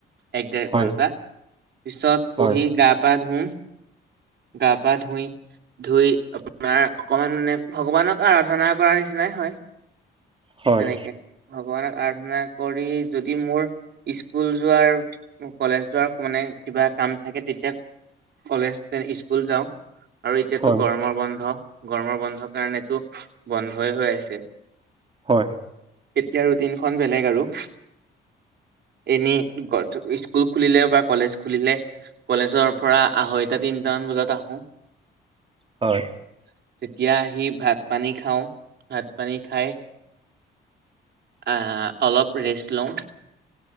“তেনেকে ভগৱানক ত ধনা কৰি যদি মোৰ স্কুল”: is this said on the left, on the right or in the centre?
Right